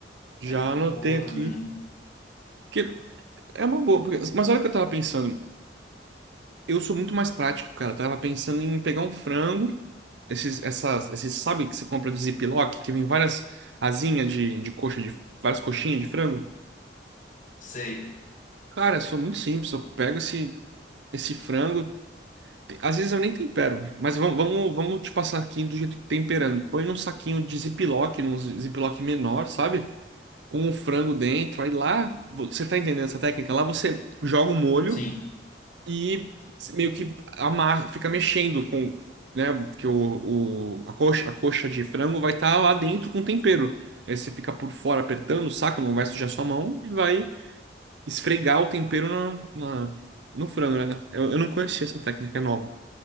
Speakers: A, on the right; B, on the left.
A: Já
B: É muito
A: anotei
B: boa
A: aqui.
B: também.
A: que É uma boa, porque- mas olha o que eu tava pensando. Eu sou muito mais prático, cara. Eu tava pensando em pegar um frango, esses, essas, esses, sabe que você compra de Ziploc, que vem várias asinhas de, de coxa, de várias coxinhas de frango?
B: Sei,
A: Cara, eu sou muito simples, eu pego esse, esse frango, te- às vezes eu nem tempero, mas vamos, vamos, vamos te passar aqui do jeito que temperando. Põe num saquinho de Ziploc, num Ziploc menor, sabe? Com o frango dentro, aí lá, você tá entendendo essa técnica? Lá você joga o molho.
B: sim,
A: e meio que amar, fica mexendo com, né, porque o, o- a coxa, a coxa de frango vai estar lá dentro com tempero. Aí você fica por fora apertando o saco, não vai sujar sua mão e vai esfregar o tempero na, na- no frango, né? Eu, eu não conhecia essa técnica, é nova